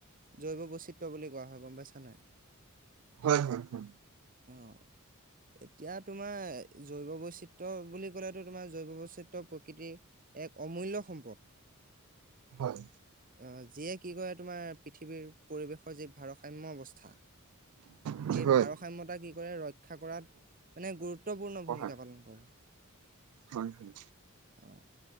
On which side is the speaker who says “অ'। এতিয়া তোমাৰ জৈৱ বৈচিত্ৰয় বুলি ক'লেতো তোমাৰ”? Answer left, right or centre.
Right